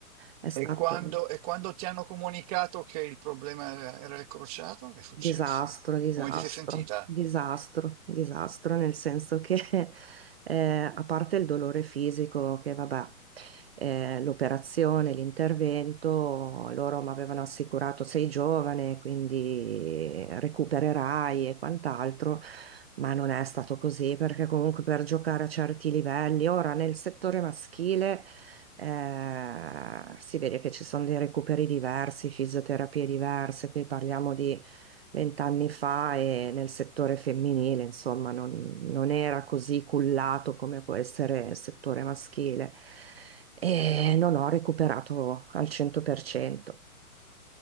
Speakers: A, on the right; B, on the right.
A: È stato
B: E quando, e quando ti hanno comunicato che il problema era, era il crociato, che è successo?
A: Disastro, disastro,
B: Come ti sei sentita?
A: disastro, disastro, nel senso che <laughs> eh, a parte il dolore fisico, che vabbè, eh, l'operazione, l'intervento, loro mi avevano assicurato sei giovane, quindi recupererai e quant'altro, ma non è stato così perché comunque per giocare a certi livelli, ora nel settore maschile eh, si vede che ci sono dei recuperi diversi, fisioterapie diverse, qui parliamo di vent'anni fa e nel settore femminile, insomma, non, non era così cullato come può essere il settore maschile e non ho recuperato al 100%.